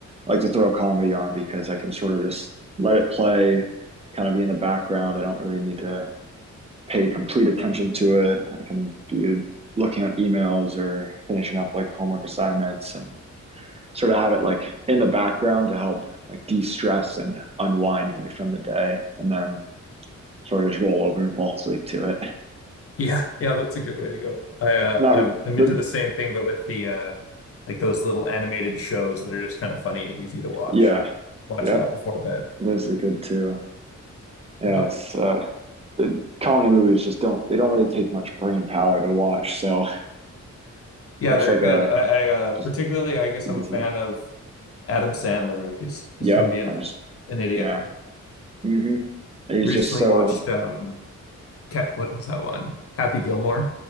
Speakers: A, on the right (about 20°); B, on the left (about 50°).
A: like to throw a comedy on because I can sort of just let it play, kind of be in the background. I don't really need to pay complete attention to it. I can be looking at emails or finishing up like homework assignments and sort of have it like in the background to help like de-stress and unwind me from the day and then sort of just roll over and fall asleep to it.
B: Yeah. Yeah, that's a good way to go. I uh
A: Not
B: I'm I'm
A: the
B: into the same thing but with the uh like those little animated shows that are just kind of funny and easy to watch.
A: yeah.
B: Watch
A: Yep.
B: that before bed.
A: Those are good too. Yeah,
B: Yeah.
A: it's uh the comedy movies just don't they don't really take much brain power to watch, so
B: Yeah,
A: it's
B: they're
A: like
B: good.
A: a
B: I, I uh,
A: just
B: particularly, I guess
A: easy.
B: I'm a fan of Adam Sandler movies, just
A: Yep.
B: him being
A: I
B: a,
A: was,
B: an idiot.
A: yeah. hmm He's
B: Recently
A: just so
B: watched um Cat, what was that one? Happy Gilmore.